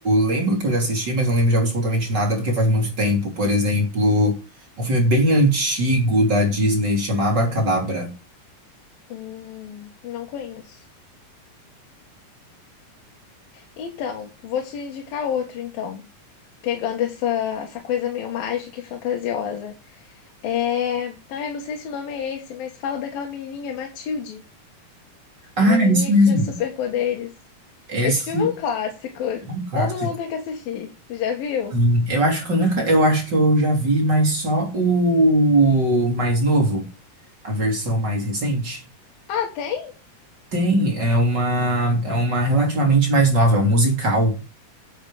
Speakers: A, on the right; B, on the left.
A: lembro que eu já assisti, mas não lembro de absolutamente nada porque faz muito tempo. Por exemplo, um filme bem antigo da Disney chamado Abracadabra.
B: Hum, não conheço. Então, vou te indicar outro então, pegando essa essa coisa meio mágica e fantasiosa. É. Ah, eu não sei se o nome é esse, mas fala daquela menininha, Matilde.
A: Ah,
B: A menininha
A: é esse mesmo.
B: que tinha superpoderes.
A: Esse
B: Esse filme é um clássico.
A: é um clássico.
B: Todo mundo tem que assistir. Já viu?
A: Hum, Eu acho que eu nunca, eu acho que eu já vi, mas só o mais novo, a versão mais recente.
B: Ah, tem?
A: Tem, é uma, é uma relativamente mais nova, é um musical.